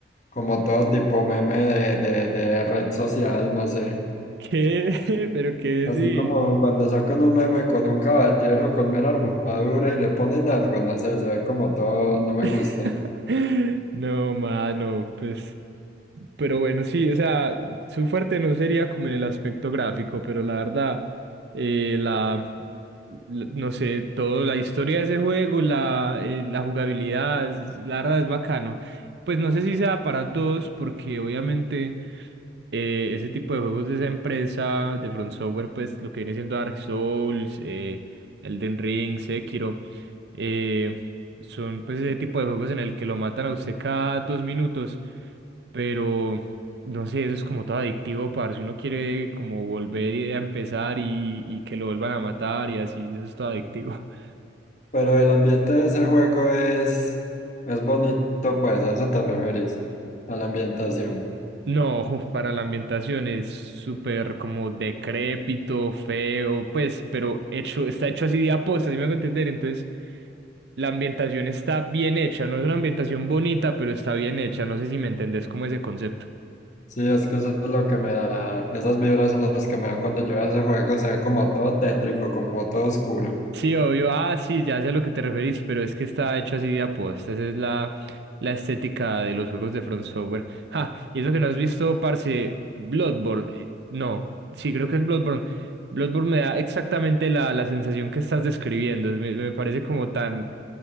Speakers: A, on the left; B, on the right.
A: como todo tipo meme de, de, de red social, no sé.
B: <laughs> ¿Qué? <laughs> ¿Pero qué
A: Así
B: decís?
A: como cuando sacan un meme con un caballero con mera armadura y le ponen algo, no sé, se ve como todo, no me
B: <laughs>
A: gusta.
B: No, mano, pues, pero bueno, sí, o sea, su fuerte no sería como en el aspecto gráfico, pero la verdad, eh, la, la- no sé, toda la historia de ese juego, la, eh, la jugabilidad, es- la verdad es bacano. Pues no sé si sea para todos, porque obviamente eh, ese tipo de juegos de esa empresa, de Front Software, pues lo que viene siendo Dark Souls, eh, Elden Ring, Sekiro. eh, son pues ese tipo de juegos en el que lo matan a usted cada dos minutos, pero no sé, eso es como todo adictivo, parce. Uno quiere como volver y- a empezar y, y que lo vuelvan a matar y así, eso es todo adictivo. <laughs>
A: Pero el ambiente de ese juego es, es bonito, pues, a eso te referís, a la ambientación.
B: No, uf, para la ambientación es súper como decrépito, feo, pues, pero hecho, está hecho así de aposta, si me hago entender. Entonces, la ambientación está bien hecha, no es una ambientación bonita, pero está bien hecha. No sé si me entendés como ese concepto.
A: Sí, es que eso es lo que me da, esas vibras son las que me da cuando yo a ese juego, se ve como todo tétrico, como todo oscuro,
B: Sí, obvio. Ah, sí, ya sé a lo que te referís, pero es que está hecho así de aposta. Esa es la, la estética de los juegos de Front Software. Ah, y eso que no has visto, parce, Bloodborne. eh, no, sí, creo que es Bloodborne. Bloodborne me da exactamente la, la sensación que estás describiendo. Me, me parece como tan,